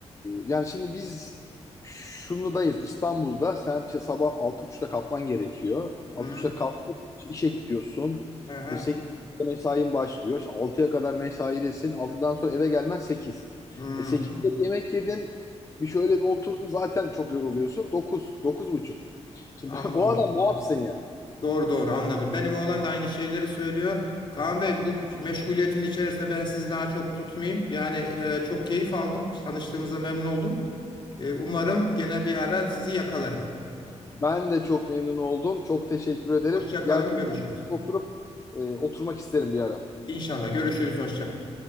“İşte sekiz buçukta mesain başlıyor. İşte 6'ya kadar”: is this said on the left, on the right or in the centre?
Left